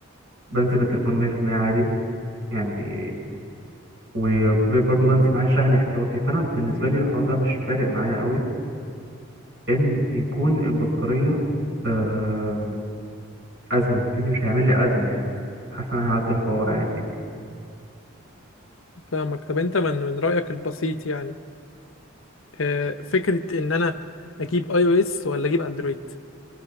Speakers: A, on the right (about 55°); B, on the left (about 70°).
A: بنزل بالتليفون 100% عادي يعني وبرضه بنزل معايا شحن احتياطي فأنا بالنسبة لي الحوار ده مش فارق معايا أوي إن يكون البطارية آم، أزمة أنت فاهمني مش هيعمل لي أزمة يعني حاسس إن أنا هعدي الحوار عادي يعني
B: فاهمك طب انت من من رأيك البسيط يعني آه، فكرة ان انا اجيب اي او اس ولا اجيب اندرويد